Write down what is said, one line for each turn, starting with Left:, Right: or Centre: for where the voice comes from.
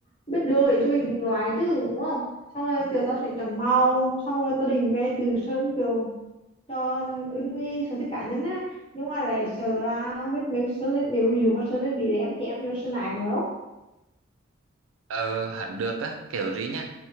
Left: biết đường để cho mình đúng loại chứ đúng không xong rồi kiểu tao sẽ chọn màu xong rồi tao định về từ sơn kiểu cho ứng với sở thích cá nhân á nhưng mà lại sợ là không biết mấy sơn lên nếu ví dụ mà sơn lên bị lém hém nữa sơn lại nữa
Right: ờ hẳn được á kiểu gì nhá